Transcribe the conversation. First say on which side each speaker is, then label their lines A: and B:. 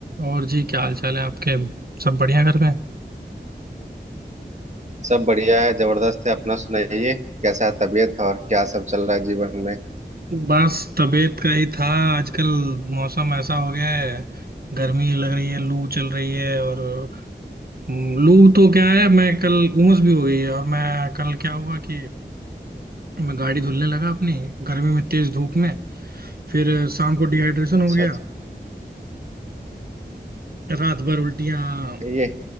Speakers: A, on the right; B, on the right.
A: और जी क्या हाल चाल है आपके सब बढ़िया घर में
B: सब बढ़िया है जबरदस्त है अपना सुनाइए कैसा है तबीयत और क्या सब चल रहा है जीवन में
A: बस तबीयत का ही था आजकल मौसम ऐसा हो गया है गर्मी लग रही है लू चल रही है और हम्म, लू तो क्या है मैं कल उमस भी हो गई है और मैं कल क्या हुआ कि मैं गाड़ी धुलने लगा अपनी गर्मी में तेज धूप में फिर शाम को डिहाइड्रेशन हो
B: अच्छा
A: गया
B: अच्छा
A: रात भर उल्टियां
B: ये